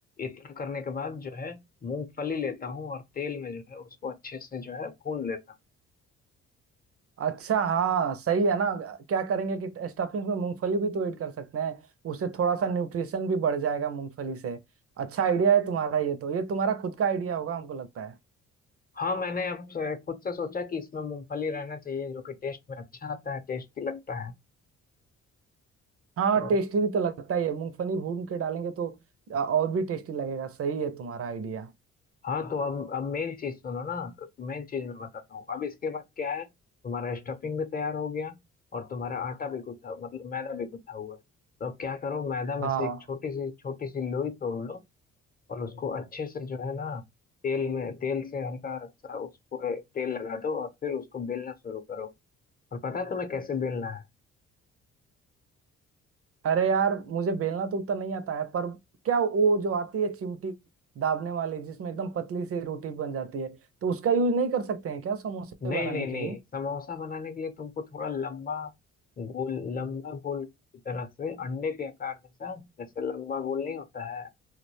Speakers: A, on the left; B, on the right.
A: इतना करने के बाद जो है मूंगफली लेता हूँ और तेल में जो है उसको अच्छे से जो है भून लेता हूँ
B: अच्छा हाँ सही है ना क्या करेंगे कि स्टफिंग में मूंगफली भी तो ऐड कर सकते हैं उससे थोड़ा सा न्यूट्रिशन भी बढ़ जाएगा मूंगफली से अच्छा आइडिया है तुम्हारा ये तो ये तुम्हारा खुद का आइडिया होगा हमको लगता है
A: हाँ मैंने अब से- खुद से सोचा कि इसमें मूंगफली रहना चाहिए जो कि टेस्ट में अच्छा आता है टेस्टी लगता है
B: हाँ
A: तो
B: टेस्टी भी तो लगता ही है मूंगफली भून के डालेंगे तो अ, और भी टेस्टी लगेगा सही है तुम्हारा आइडिया
A: हाँ तो अब अब मेन चीज सुनो ना तो मेन चीज मैं बताता हूँ अब इसके बाद क्या है तुम्हारा स्टफिंग भी तैयार हो गया और तुम्हारा आटा भी गूथा मतलब मैदा भी गूथा हुआ है तो अब क्या करो मैदा में
B: हाँ
A: से एक छोटी सी छोटी सी लोई तोड़ लो और उसको अच्छे से जो है ना तेल में तेल से हल्का सा उसको तेल लगा दो और फिर उसको बेलना शुरू करो और पता है तुम्हें कैसे बेलना है
B: अरे यार मुझे बेलना तो उतना नहीं आता है पर क्या वो जो आती है चिमटी दाबने वाली जिसमें एकदम पतली सी रोटी बन जाती है तो उसका यूज नहीं कर सकते हैं क्या समोसे
A: नहीं
B: बनाने
A: नहीं
B: के
A: नहीं
B: लिए
A: समोसा बनाने के लिए तुमको थोड़ा लंबा गोल लंबा गोल की तरह से अंडे के आकार जैसा जैसे लंबा गोल नहीं होता है